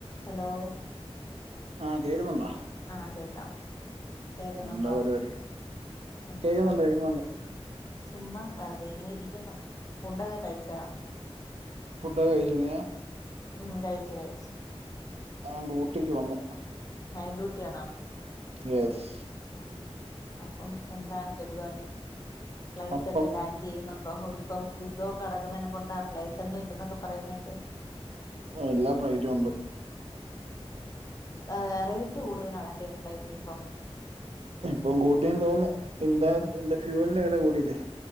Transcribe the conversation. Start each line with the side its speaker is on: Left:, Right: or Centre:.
Left: Hello.
Right: ആഹ്‌ കേക്കുന്ന്ണ്ടോ?
Left: ആഹ്‌ കേക്കാം കേക്ക്ന്നുണ്ടോ
Right: എന്താ പരിപാടി?
Left: ആഹാ.
Right: കേക്കുന്നുണ്ട് കേക്കുന്നുണ്ട്.
Left: ചുമ്മാ വെറ്തെ ഇങ്ങനെ ഇരിക്ക്ന്ന് ഫുഡൊക്കെ കഴിച്ചോ?
Right: ഫുഡ്‌ടൊക്കെ കഴിചിണേ.
Left: ഉം കഴിച്ച് കഴിച്ച്.
Right: ഏഹ് ഡ്യൂട്ടിക്ക് വന്നു.
Left: നൈ ഡ്യൂട്ടി ആണോ?
Right: യെസ്.
Left: ഉം അപ്പം എന്താണ് പരിപാടി ഫ്ലയ്റ്റൊക്കെ
Right: അപ്പം
Left: ലാൻഡെയ്ണോ? ഇപ്പം യുദ്ധം യുദ്ധൊക്കെ നടക്കുന്നേൻ കൊണ്ട ഫ്ലയ്റ്റൊന്നും ഇല്ലന്നൊക്കെ പറയ്ന്നേണ്ട്.
Right: എല്ലാ ഫ്ലൈറ്റും ഉണ്ട്.
Left: ഏഹ് റേറ്റ് കൂടുതലാണല്ലേ ഫ്ലൈറ്റിന് പ്പം?
Right: ഇപ്പം കൂട്ടീന്ന് തോന്നുന്നു എന്താ
Left: ഉം
Right: എന്ത ഫ്യൂവലിന്റെ വെല കൂടിയില്ലേ